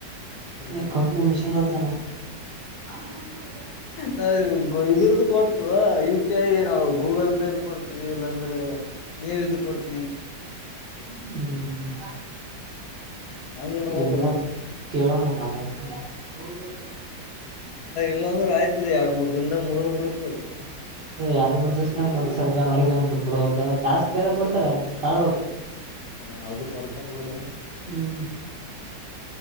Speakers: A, on the left (about 70°); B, on the right (about 50°).
A: ಹ್ಮ್
B: ಎ ಕಂಪ್ನಿ ಮಿಶನ್ ಹೊದತ್ತನೊ. <unintelligible>
A: ನಾವ ಇಗ ಗೊ ಇದರ್ದ ಕೊಡ್ತೀವೊ ಯು ಪಿ ಐ ನಾವು ಗೂಗಲ್ ಪೇದ ಕೊಡ್ತಿವಿ ಇಲ್ಲಾಂದ್ರ ನೀವ ಇದ ಕೊಡ್ತೀನಿ.
B: ಹ್ಮ್.
A: ಹಂಗನ ಬರ್ಲ
B: ಎನ ಅನ್ನದಪು ಕೇಳಮ್ಮ ನಾರಾಯದ್ಕು ಕೊಡ್ಲ್ಯಾ ಹೋಗಬಹುದಾ.
A: ಇಲ್ಲಂದ್ರ ಆಯ್ತ ಇದೆ ಎರಡ ಮೂರ್ ದಿನದಾಗ ಮುಗಿದ ಬಿಡ್ತು.
B: <unintelligible> ಎ ಯಾರ ಮೂರ್ ದಿವ್ಸನ್ಯಾಗ ಮೂರ್ ಸಾವಿರ ರೂಪಾಯ ಮಾಡಿಕೊಂಡ ಬಿಟ್ಬಡಬೇಕಕ್ ಟಾಸ್ಕ್ ಬ್ಯಾರೆ ಕೊಡ್ತಾರಾ ತಾಳ್ಬೇಕು.
A: ಹ ಅದು ಕೊಡ್ತಾರ ಬಿಡ
B: ಹ್ಮ್